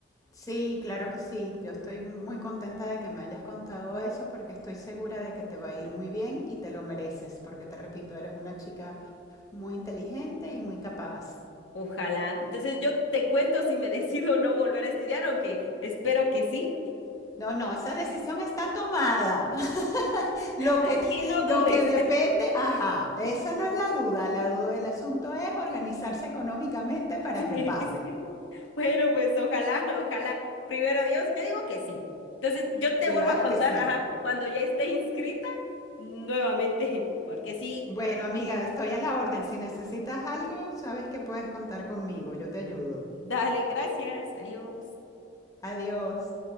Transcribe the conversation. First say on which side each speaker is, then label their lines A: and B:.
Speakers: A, on the left; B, on the left.
A: Sí, claro que sí. Yo estoy muy contenta de que me hayas contado eso porque estoy segura de que te va a ir muy bien y te lo mereces, porque te repito, eres una chica muy inteligente y muy capaz.
B: Ojalá. Entonces yo te cuento si me <laughs> decido no volver a estudiar, aunque espero que sí.
A: No, no, esa decisión está tomada. <laughs> Lo
B: Aquí
A: que, te-
B: no
A: lo
B: dudes.
A: que depende, ajá, esa no es la duda. La duda, el asunto es organizarse económicamente para
B: <laughs>
A: que pase.
B: Bueno, pues ojalá, ojalá. Primero Dios, yo digo que sí. Entonces, yo te
A: Claro
B: vuelvo a contar,
A: que sí.
B: ajá, cuando ya esté inscrita, nuevamente, porque sí.
A: Bueno, amiga, estoy a la orden. Si necesitas algo, sabes que puedes contar conmigo. Yo te ayudo.
B: Dale, gracias. Adiós.
A: Adiós.